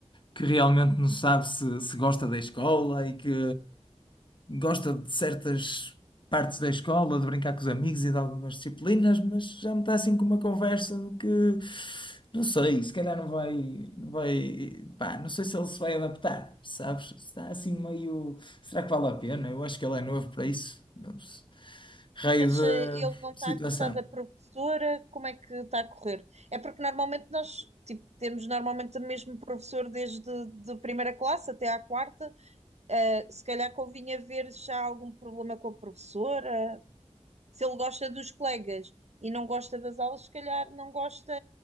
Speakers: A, on the left; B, on the right.
A: que realmente não sabe se, se gosta da escola e que gosta de certas partes da escola, de brincar com os amigos e de algumas disciplinas, mas já me está assim com uma conversa de que não sei, se calhar não vai, não vai, pá, não sei se ele se vai adaptar, sabes? Está assim meio, será que vale a pena? Eu acho que ele é novo para isso, não sei. raio
B: Mas eh, ele não
A: de
B: está
A: situação.
B: a gostar da professora, como é que está a correr? É porque normalmente nós, tipo, temos normalmente o mesmo professor desde de primeira classe até à quarta. Eh, se calhar convinha ver se há algum problema com a professora. Se ele gosta dos colegas e não gosta das aulas, se calhar não gosta